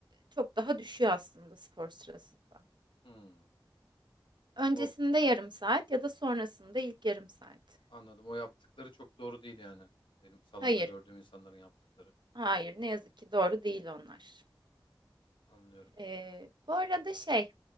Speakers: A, on the right (about 65°); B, on the left (about 85°).
A: çok daha düşüyor aslında spor sırasında.
B: Hı.
A: Öncesinde
B: O
A: yarım saat ya da sonrasında ilk yarım saat.
B: Anladım. O yaptıkları çok doğru değil yani. Benim salonda
A: Hayır,
B: gördüğüm insanların yaptıkları.
A: hayır ne yazık ki doğru değil onlar.
B: Anlıyorum.
A: Eee, bu arada şey,